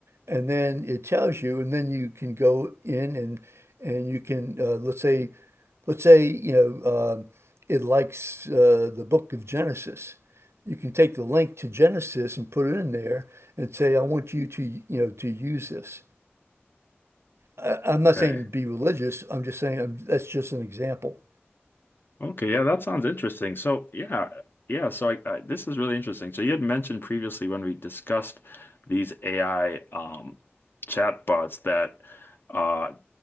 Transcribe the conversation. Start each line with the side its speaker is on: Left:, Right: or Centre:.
Right: And then it tells you, and then you can go in and and you can uh, let's say let's say you know um, it likes uh, the book of Genesis. You can take the link to Genesis and put it in there and say, I want you to you know to use this. I, I'm not
Left: Okay.
Right: saying be religious. I'm just saying i that's just an example.
Left: Okay, yeah, that sounds interesting. So, yeah, yeah. So, I, I this is really interesting. So, you had mentioned previously when we discussed these AI um, chatbots that uh,